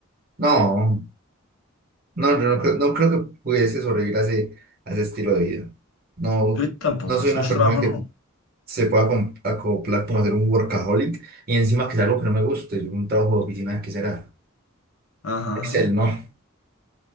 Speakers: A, on the right (about 45°); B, on the left (about 70°).
A: No, no, yo no, creo, no creo que pudiese sobrevivir a ese, a ese estilo de vida. No,
B: Yo tampoco,
A: no soy
B: es
A: una
B: mucho
A: persona
B: trabajo,
A: que
B: no.
A: se pueda acom- acoplar como hacer un workaholic y encima que es algo que no me guste, un trabajo de oficina que será
B: Ajá,
A: Excel,
B: ajá.
A: no.